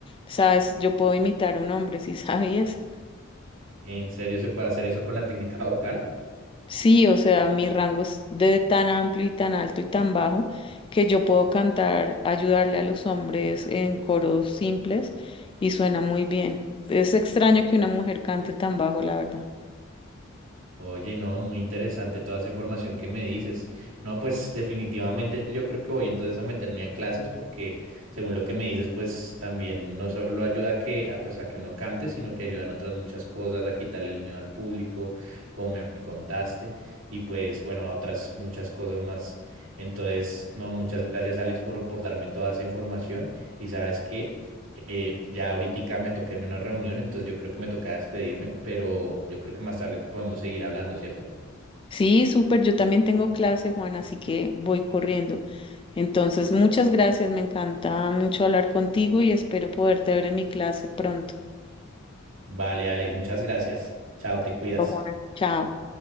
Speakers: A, on the left; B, on the right.
A: sabes, yo puedo imitar a un hombre, si <laughs> sabías.
B: ¿En serio se puede hacer eso con la técnica vocal?
A: Sí, o sea, mi rango es de tan amplio y tan alto y tan bajo que yo puedo cantar, ayudarle a los hombres en coros simples y suena muy bien. Es extraño que una mujer cante tan bajo, la verdad.
B: Oye, no, muy interesante toda esa información que me dices. No, pues definitivamente yo creo que voy entonces a meterme a clases porque según lo que me dices, pues también no solo ayuda a que, a, pues, a que uno cante, sino que ayudan otras muchas cosas, a quitarle el miedo al público, como me contaste, y pues bueno, a otras muchas cosas más. Entonces, no, muchas gracias Alex por, por darme toda esa información y sabes qué, eh, ya ahorita me toca irme a una reunión, entonces yo creo que me toca despedirme, pero yo creo que más tarde podemos seguir hablando, ¿cierto?
A: Sí, súper, yo también tengo clase, Juan, así que voy corriendo. Entonces, muchas gracias, me encanta mucho hablar contigo y espero poderte ver en mi clase pronto.
B: Vale, Alex, muchas gracias. Chao, te cuidas.
A: Chao, Juan, chao.